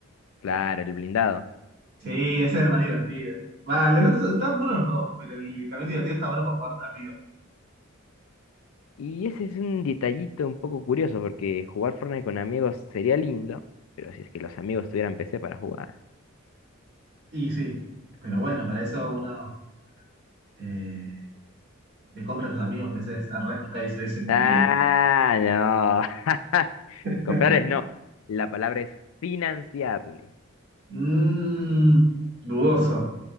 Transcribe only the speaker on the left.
Claro, el blindado.
Y ese es un detallito un poco curioso porque jugar Fortnite con amigos sería lindo, pero si es que los amigos tuvieran PC para jugar.
Ah,
no. <laughs>
Comprarles no. La palabra es financiarles.